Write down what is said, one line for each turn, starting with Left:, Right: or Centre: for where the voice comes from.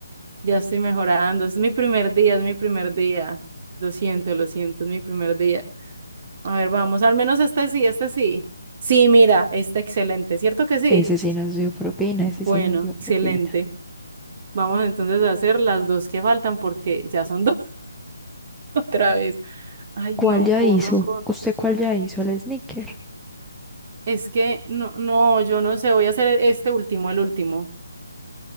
Right: ya estoy mejorando, es mi primer día, es mi primer día, lo siento, lo siento, es mi primer día. A ver, vamos, al menos este sí, este sí. Sí, mira, está excelente, ¿cierto que sí?
Centre: Ese sí nos dio propina, ese
Right: Bueno,
Centre: sí nos dio propina.
Right: excelente. Vamos entonces a hacer las dos que faltan porque ya son dos <laughs> otra vez. Ay,
Centre: ¿Cuál
Right: no,
Centre: ya
Right: corro,
Centre: hizo?
Right: corro.
Centre: ¿Usted cuál ya hizo? El sneaker.
Right: Es que no, no, yo no sé, voy a hacer e-, este último, el último.